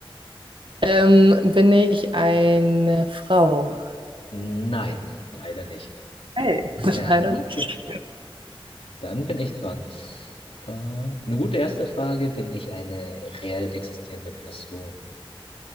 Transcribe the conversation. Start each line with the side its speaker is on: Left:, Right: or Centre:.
Right: Ähm, bin ich eine Frau?
Left: Nein, leider nicht.
Right: Hey.
Left: Ja,
Right: <laughs> Leider
Left: okay.
Right: nicht.
Left: Dann bin ich dran. Äh, eine gute erste Frage, bin ich eine reell existierende Person?